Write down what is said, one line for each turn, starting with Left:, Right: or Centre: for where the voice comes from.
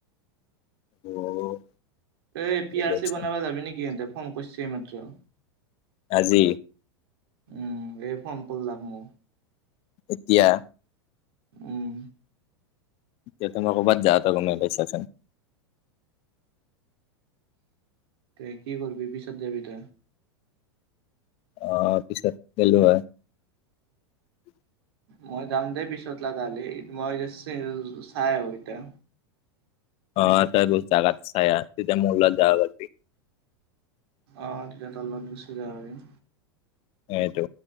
Left: <unintelligible>
Right: এই পি
Left: বেলেগ
Right: আৰ চি
Left: চোন।
Right: বনাব যাবি নেকি ইহঁতে ফোন কৰিছে এই মাত্ৰ।
Left: আজি
Right: উম এই ফোন কৰলাক মোক।
Left: এতিয়া
Right: উম
Left: এতিয়া তই ক'বাত যাওতে গমে পাইছা চাগে।
Right: তই কি কৰিবি পিছত যাবি তই।
Left: অ পিছত গলো হয়। উ
Right: মই যাম দেই পিছত লাগা হলে, মই জাষ্ট চি অ চাই আহো এতিয়া।
Left: অ ত বছ জাগাতো চাই আহ তেতিয়া মোৰ লগত যাব পাৰিবা।
Right: অ' তেতিয়া তোৰ লগত গুচি যাব পাৰিম।
Left: এইটো